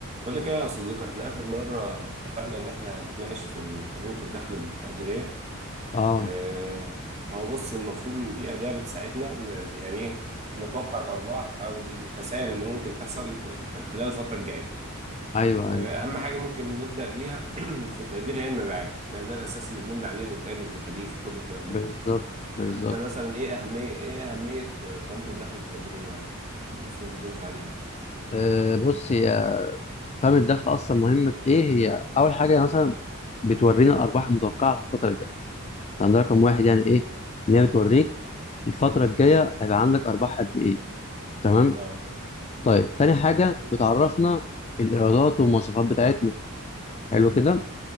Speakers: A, on the right; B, on the left.
A: بقول لك ايه يا صديقي احنا اخر مره اتفقنا ان احنا هنتناقش في قائمه الدخل التقديريه
B: اه
A: اه هو بص المفروض ان دي اداه بتساعدنا ان يعني ايه نتوقع الارباح او الخسائر اللي ممكن تحصل آه، خلال الفتره الجايه
B: ايوه
A: اه
B: ايوه
A: اهم حاجه ممكن نبدا بيها <clears throat> في التقدير هي المبيعات لانها الاساس اللي بنبني عليه الانتاج والتكاليف وكل الكلام
B: بالظبط
A: ده كله
B: بالظبط
A: فانت مثلا ايه اهميه ايه اهميه قائمه الدخل التقديريه يعني المفروض نمشي عليها
B: آه بص هي قائمه الدخل اصلا مهمه في ايه هي اول حاجه يعني مثلا بتورينا الارباح المتوقعه في الفتره الجايه طب ده رقم واحد يعني ايه ان هي بتوريك الفتره الجايه هيبقى عندك ارباح قد ايه تمام
A: اه
B: طيب تاني حاجه
A: م.
B: بتعرفنا الايرادات والمواصفات بتاعتنا حلو كده